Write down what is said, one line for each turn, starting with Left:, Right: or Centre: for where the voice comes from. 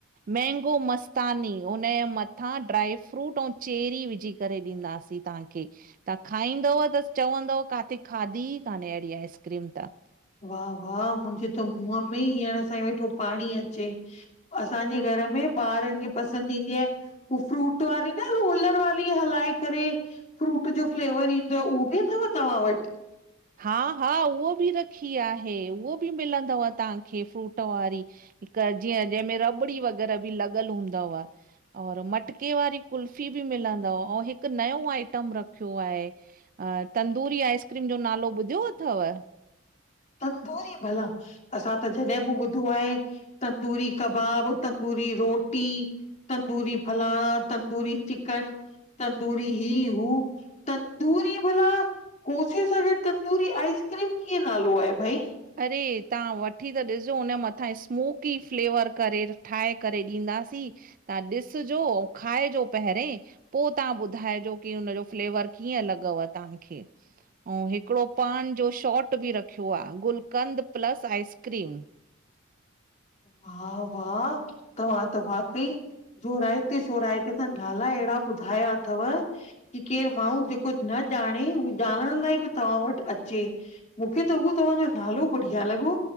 Right: मेंगो मस्तानी उनजे मथां ड्राईफ्रूट ऐं चेरी विझी करे ॾींदासीं तव्हांखे तव्हां खाईंदव त चवंदव काथे खाधी ई कान्हे अहिड़ी आइस्क्रीम त
Left: वाह वाह मुंहिंजे त मुंहं में हींअर सां ई वेठो पाणी अचे। असांजे घर में ॿारनि खे पसंदि ईंदी आहे। उह फ्रूट वारी न रोलर वारी हलाए करे। फ्रूट जो फ्लेवर ईंदोव उहो बि अथव तव्हां वटि
Right: हा हा उहो बि रखी आहे उहो बि मिलंदव तव्हांखे फ्रूट वारी घर जी जंहिंमें रबड़ी वग़ैरह बि लॻल हूंदा हुआ। और मटके वारी कुल्फी बि मिलंदव ऐं हिकु नओ आइटम रखियो आहे। तंदूरी आइस्क्रीम जो नालो ॿुधियो अथव?
Left: तंद दूरी बला असां त जॾहिं बि ॿुधो आहे तंदूरी कबाब तंदूरी रोटी तंदूरी फलाणा तंदूरी चिकन तंदूरी ई हू तंदूरी भला कोसे संगे तंदूरी आइस्क्रीम कीअं नालो आहे भाई?
Right: अरे तव्हां वठी त ॾिसो हुनजे मथां स्मूकी फ्लेवर करे ठाहे करे ॾींदासीं। तव्हां ॾिसजो ऐं खाइजो पहिरें। पोइ तव्हां ॿुधाइजो की हुनजो फ्लेवर कीअं लॻव तव्हांखे? ऐं हिकिड़ो पान जो शॉट बि रखियो आहे गुलकंद प्लस आइसक्रीम।
Left: वाह वाह तव्हां त वाकई जोराएते जोोराएते त नाला अहिड़ा ॿुधाया अथव। की केरु माण्हू जेको न ॼाणे उह ॼाणण लाइ बि तव्हां वटि अचे। मूंखे त उहो तव्हांजो नालो बढ़िया लॻो